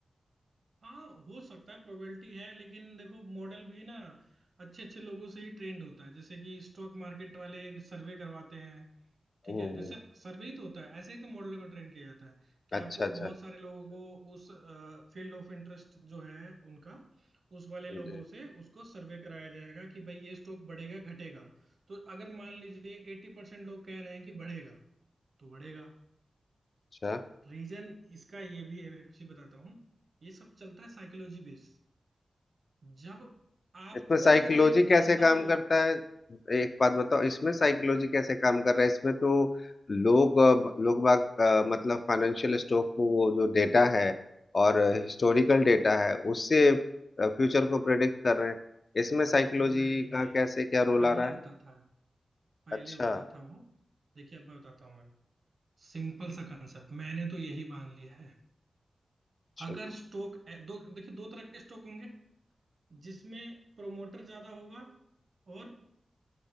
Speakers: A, on the right (about 60°); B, on the left (about 50°).
A: हाँ हो सकता है प्रोबेबिलिटी है लेकिन देखो मॉडल भी ना अच्छे अच्छे लोगों से ही ट्रेंड होता है जैसे कि स्टॉक मार्केट वाले सर्वे करवाते हैं ठीक
B: हम्म
A: है जैसे सर्वे ही तो होता है ऐसे ही तो मॉडल का ट्रेंड किया जाता है कि आपको
B: अच्छा अच्छा
A: बहुत सारे लोगों को उस फील्ड ऑफ इंटरेस्ट जो है उनका उस वाले
B: जी
A: लोगों से उसको सर्वे कराया जाएगा कि भाई ये स्टॉक बढ़ेगा घटेगा तो अगर मान लीजिए एट्टी परसेंट लोग कह रहे हैं कि बढ़ेगा तो बढ़ेगा
B: अच्छा
A: रीजन इसका ये भी है मैं एक चीज बताता हूँ ये सब चलता है साइकोलॉजी बेस जब आपको
B: इसमें साइकोलॉजी
A: लग रहा है कि
B: कैसे
A: जनता
B: काम
A: जो
B: करता
A: है
B: है एक बात बताओ
A: हाँ
B: इसमें साइकोलॉजी कैसे काम कर रहा है इसमें तो लोग अ, लोग बाग अ, मतलब फाइनेंशियल स्टॉक में वो जो डेटा है और हिस्टोरिकल डेटा है उससे फ्यूचर को प्रेडिक्ट कर रहे हैं इसमें साइकोलॉजी
A: नहीं नहीं
B: का कैसे क्या रोल
A: पहले
B: आ रहा
A: होता
B: है
A: था पहले
B: अच्छा
A: होता था वो देखिए अब मैं बताता हूँ मैं सिंपल सा कंसेप्ट मैंने तो यही बांध लिया है
B: अच्छा
A: अगर स्टॉक दो देखिए दो तरह के स्टॉक होंगे जिसमें प्रोमोटर ज्यादा होगा और